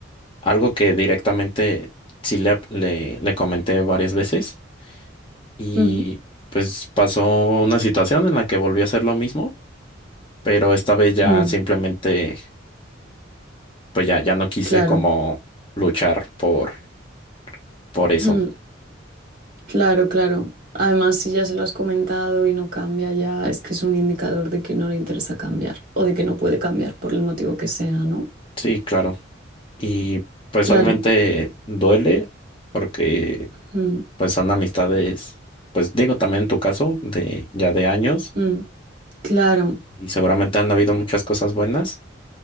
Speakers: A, on the left; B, on the right.
A: algo que directamente sí le, le le comenté varias veces. Y
B: Ujú.
A: pues pasó una situación en la que volví a hacer lo mismo, pero esta vez ya
B: Mm,
A: simplemente, pues ya, ya no quise
B: claro.
A: como luchar por, por eso.
B: Mm, claro, claro. Además, si ya se lo has comentado y no cambia ya, es que es un indicador de que no le interesa cambiar o de que no puede cambiar por el motivo que sea, ¿no?
A: Sí, claro. Y pues
B: Claro.
A: obviamente duele porque
B: Mm,
A: pues son amistades, pues digo también en tu caso, de ya de años
B: mm, claro,
A: y seguramente han habido muchas cosas buenas,